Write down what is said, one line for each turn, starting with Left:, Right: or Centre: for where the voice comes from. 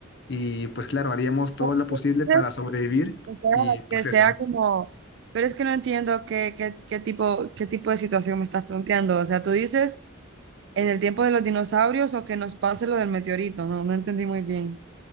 Left: y pues claro, haríamos todo
Right: Porque
Left: lo posible
Right: dices
Left: para sobrevivir
Right: Que sea
Left: y pues
Right: que
Left: eso.
Right: sea como... Pero es que no entiendo qué, qué, qué tipo, qué tipo de situación me estás planteando. O sea, tú dices en el tiempo de los dinosaurios o que nos pase lo del meteorito. No, no entendí muy bien.